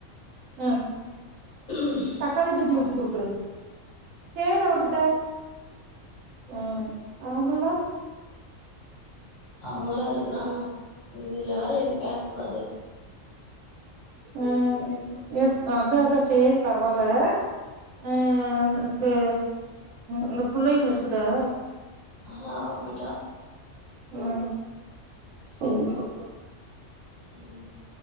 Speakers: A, on the right; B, on the left.
A: ம்
B: <unintelligible>
A: தக்காளி பஜ்ஜி ஊத்தி குடுத்துரு கேளு அவகிட்ட ம் அவங்கல்லா
B: அவுங்களா இருக்கிறாங்க இதுல வேற எது பேச கூடாது
A: ம் எ அதா அதான் சேரி பரவால்ல ஆ அக்கு உங்க புள்ளையும் இருக்குதா
B: ஆ அவ போயிட்டா
A: ம் செர் செர்
B: ம்